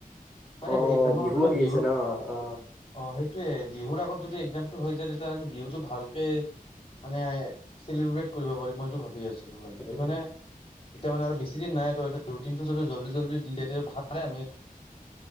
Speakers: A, on the left; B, in the centre.
A: মানে
B: অ
A: এক্জাম ভাবিলো
B: আহি
A: বিহু
B: আছে ন অ
A: অ' সেইটোয়ে বিহুৰ আগত যদি এক্জামটো হৈ যায় তেতিয়াহ'লে আমি বিহুতটো ভালক মানে চেলিব্ৰেট কৰিব পাৰি মই এইটো ভাবি আছিলো মানে সেইটো
B: উম
A: মানে এতিয়া মানে আৰু বেছি দিন নাই তো ৰুটিনটো যদিল্দি জল্দি দি য তে ভালেই আমি